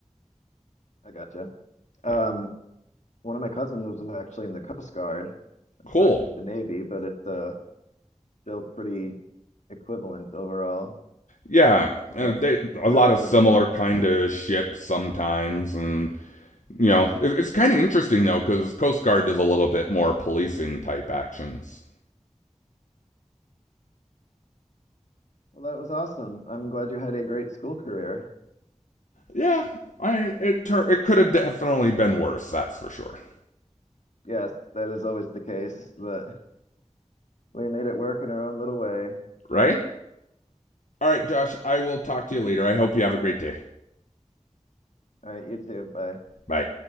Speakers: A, on the left; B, on the left.
A: I gotcha. Um,
B: yeah
A: one of my cousins was actually in the Coast Guard. It's
B: cool
A: not quite the Navy, but it's uh, still pretty equivalent overall
B: yeah
A: to
B: uh,
A: that
B: they,
A: to
B: a
A: that
B: lot of
A: sort
B: similar
A: of thing.
B: kind of ships sometimes and you know it, it's kind of interesting though because coast guard does a little bit more policing type actions
A: Well, that was awesome. I'm glad you had a great school career.
B: yeah i it, it could have definitely been worse that's for sure
A: Yes, that is always the case, but we made it work in our own little way.
B: right All right, Josh, I will talk to you later. I hope you have a great day.
A: All right, you too. Bye.
B: Bye.